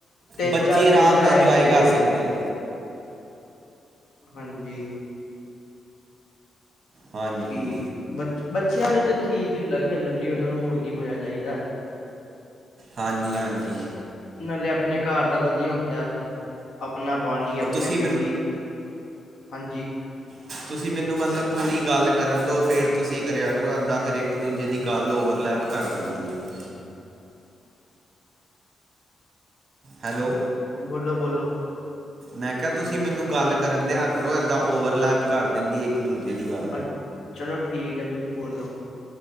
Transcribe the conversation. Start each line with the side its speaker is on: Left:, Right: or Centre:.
Left: ਤਿੰਨ,
Right: ਬੱਚੇ
Left: ਚਾਰ ਜਣੇ
Right: ਆਰਾਮ
Left: ਤੇ ਆ
Right: ਨਾਲ ਇੰਜੋਏ
Left: ਹੀ ਜਾਂਦੇ
Right: ਕਰ
Left: ਹੋਏਗੇ।
Right: ਸਕਦੇ ਆ
Left: ਹਾਂਜੀ।
Right: ਹਾਂਜੀ
Left: ਠੀਕ ਬ ਬੱਚਿਆਂ ਲਈ ਤਾਂ ਠੀਕ ਹੀ ਹੁੰਦਾ ਖੇਲਣ ਲਈ ਉਹਨਾ ਨੂੰ ਹੋਰ ਕੀ ਮਜ਼ਾ ਚਾਹੀਦਾ।
Right: ਹਾਂਜੀ-ਹਾਂਜੀ।
Left: ਨਾਲੇ ਆਪਣੇ ਘਰ ਦਾ ਵਧੀਆ ਹੁੰ ਦਾ ਆਪਣਾ ਪਾਣੀ ਆਪਣੇ
Right: ਉਹ ਤੁਸੀਂ
Left: ਲੋਕੀ ਹਾਂਜੀ।
Right: ਹ। ਤੁਸੀਂ ਮੈਨੂੰ ਮਤਲਬ ਪੂਰੀ ਗੱਲ ਕਰਨ ਦੋ ਫਿਰ ਤੁਸੀਂ ਕਰਿਆ ਕਰੋ ਇੱਦਾਂ ਫਿਰ ਇੱਕ ਦੂਜੇ ਦੀ ਗੱਲ ਓਵਰਲੈਪ ਘਰ ਜਾਂਦੀ ਹੈ। ਹੈਲੋ।
Left: ਬੋਲੋ-ਬੋਲੋ।
Right: ਮੈਂ ਕਿਹਾ ਤੁਸੀਂ ਮੈਨੂੰ ਗੱਲ ਕਰਨ ਦਿਆਂ ਕਰੋ ਇੱਦਾਂ ਓਵਰਲੈਪ ਕਰ ਦਿੰਦੀ ਇੱਕ ਦੂਜੇ ਦੀ ਗੱਲ।
Left: ਅ ਚਲੋ ਠੀਕ ਹੈ ਤੁਸੀਂ ਬੋਲੋ।